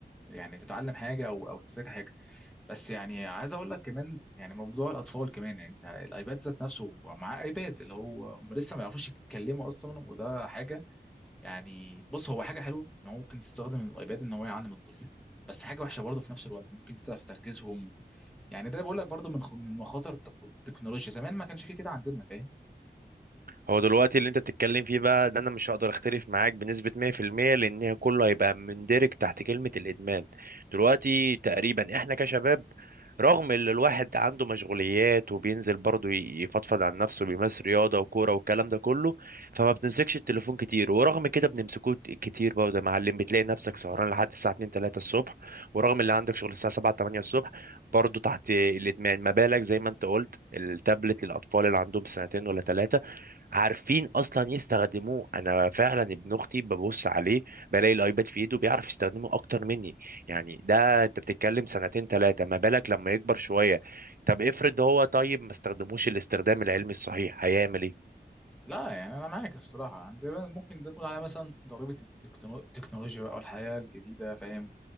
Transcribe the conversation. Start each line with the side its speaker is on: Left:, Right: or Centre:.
Centre: يعني تتعلم حاجه او او تذاكر حاجه بس يعني عايز اقول لك كمان يعني موضوع الاطفال كمان يعني انت الايباد ذات نفسه مع ايباد اللي هو هم لسه ما يعرفوش يتكلموا اصلا وده حاجه يعني بص هو حاجه حلوه ان هو ممكن تستخدم الايباد ان هو يعلم الطفل بس حاجه وحشه برضه في نفس الوقت ممكن تتعب في تركيزهم يعني ده بقول لك برضه من خ- من مخاطر التك- التكنولوجيا زمان ما كانش فيه كده عندنا فاهم
Right: هو دلوقتي اللي انت بتتكلم فيه بقى ده انا مش هقدر اختلف معاك بنسبة 100% لان هي كله هيبقى مندرج تحت كلمة الادمان دلوقتي تقريبا احنا كشباب رغم ان الواحد عنده مشغوليات وبينزل برضه ي- يفضفض عن نفسه بيمارس رياضة وكورة والكلام ده كله فما بنمسكش التليفون كتير ورغم كده بنمسكوه كتير برضه يا معلم بتلاقي نفسك سهران لحد الساعة 2 3 الصبح ورغم اللي عندك شغل الساعة 7 8 الصبح برضه تحت الادمان ما بالك زي ما انت قلت التابلت للاطفال اللي عندهم سنتين ولا ثلاثة عارفين اصلا يستخدموه انا فعلا ابن اختي ببص عليه بلاقي الايباد في ايده بيعرف يستخدمه اكتر مني يعني ده انت بتتكلم سنتين ثلاثه ما بالك لما يكبر شويه طب افرض هو طيب ما استخدموش الاستخدام العلمي الصحيح هيعمل ايه
Centre: لا يعني انا معاك الصراحه عندنا ممكن ده نقول عليها مثلا ضريبه التكنو- التكنولوجيا بقى والحياه الجديده فاهم